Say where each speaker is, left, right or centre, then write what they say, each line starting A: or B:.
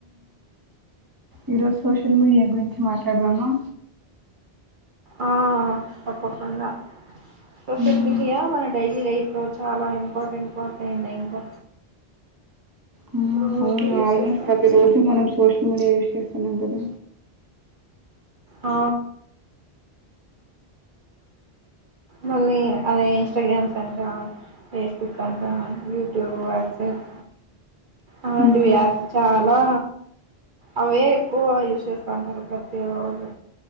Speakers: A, on the right; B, on the right.
A: ఈరోజు సోషల్ మీడియా గురించి మాట్లాడదామా
B: ఆ తప్పకుండా సోషల్
A: మ్మ్.
B: మీడియా మన డైలీ లైఫ్ లో చాల ఇంపార్టెంట్ పార్ట్ అయింది. ఇంకా
A: ఆ,
B: రోజు
A: అవును
B: యూస్
A: ఆల్మోస్ట్
B: చేస్తుంటాం
A: ప్రతి రోజు మనం సోషల్ మీడియా యూస్ చేస్తున్నాం. కదా
B: ఆ మళ్ళీ అదే ఇన్స్టాగ్రామ్ సెంటర్ ఫేస్బుక్ అంట యూట్యూబ్ వాట్సప్ అలాంటి
A: ఉమ్
B: యాప్స్ చాలా అవే ఎక్కువ యజ్ చేస్త ఉంటారు. ప్రతి రోజు